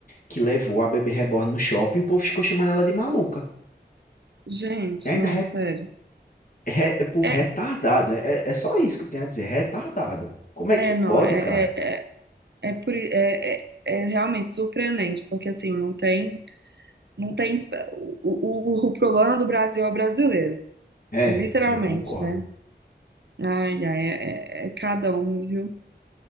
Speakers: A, on the left (about 50°); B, on the right (about 75°).
A: que levou a bebê reborn no shopping, e o povo ficou chamando ela de maluca.
B: Gente,
A: E ainda
B: não, sério.
A: Re, é povo
B: É,
A: retardado, né? é, é só isso que eu tenho a dizer, retardado. Como é
B: é,
A: que pode,
B: não, é,
A: cara?
B: é, é É, por, é, é, é realmente surpreendente, porque assim, não tem, não tem espa- o, o, o problema do Brasil é brasileiro,
A: É,
B: literalmente,
A: eu concordo.
B: né? Ai, ai, é, é- é cada um, viu?